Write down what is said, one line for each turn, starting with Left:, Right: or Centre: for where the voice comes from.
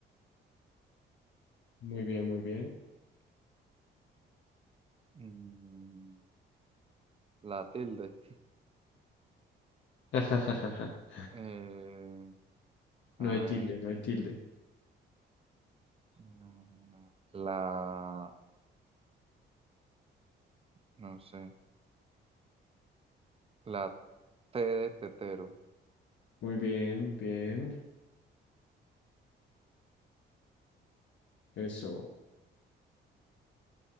Left: Muy bien, muy bien.
Right: Mm, la tilde.
Left: <laughs>
Right: Eh,
Left: No
Right: a
Left: hay tilde,
Right: ver.
Left: no hay tilde.
Right: La, la- no sé. La T de tetero.
Left: Muy bien, bien. Eso.